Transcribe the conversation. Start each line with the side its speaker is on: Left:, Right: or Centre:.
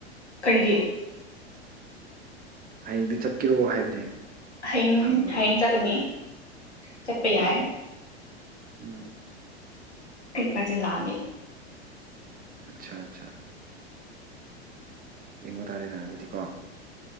Left: ꯀꯔꯤꯒꯤ
Right: ꯍꯌꯦꯡꯗꯤ ꯆꯠꯀꯔꯣ ꯍꯥꯏꯕꯅꯦ
Left: ꯍꯌꯦꯡ
Right: ꯍꯪꯕꯅꯦ
Left: ꯍꯌꯦꯡ ꯆꯠꯀꯅꯤ ꯆꯠꯄ ꯌꯥꯏ
Right: ꯑꯣ ꯎꯝ
Left: ꯀꯆꯦ ꯂꯥꯛꯑꯅꯤ
Right: ꯑꯠꯆꯥ ꯑꯠꯆꯥ ꯌꯦꯡꯕ ꯇꯥꯔꯦꯅ ꯑꯗꯨꯗꯤꯀꯣ